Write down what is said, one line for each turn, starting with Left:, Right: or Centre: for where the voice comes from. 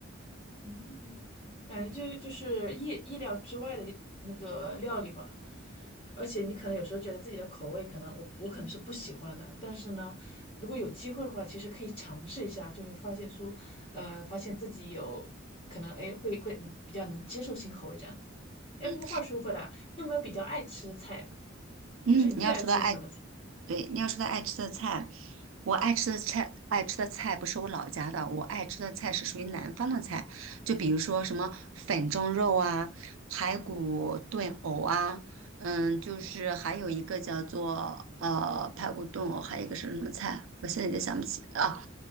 Left: 嗯，感觉这就是意意料之外的那个料理吧，而且你可能有时候觉得自己的口味可能我我可能是不喜欢的，但是呢，如果有机会的话，其实可以尝试一下，就会发现出，呃，发现自己有可能哎会会嗯比较能接受新口味这样子。哎，
Right: 嗯
Left: 不过话说回来啊，你有没有比较爱吃的菜啊？
Right: 嗯，
Left: 就是你最爱吃是什么菜？
Right: 你要说到爱。对，你要说他爱吃的菜，我爱吃的菜，爱吃的菜不是我老家的，我爱吃的菜是属于南方的菜，就比如说什么粉蒸肉啊、排骨炖藕啊，嗯，就是还有一个叫做呃排骨炖藕，还有一个是什么菜，我现在也想不起啊，